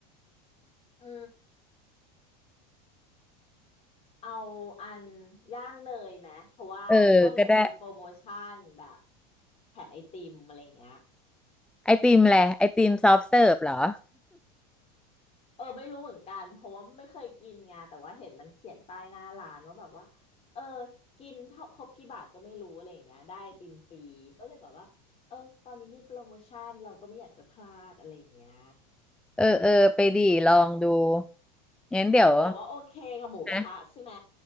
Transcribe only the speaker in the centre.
เออก็ได้
ไอติมแหละไอติมซอฟต์เสิร์ฟเหรอ
เออเออไปดีลองดูงั้นเดี๋ยว
นะ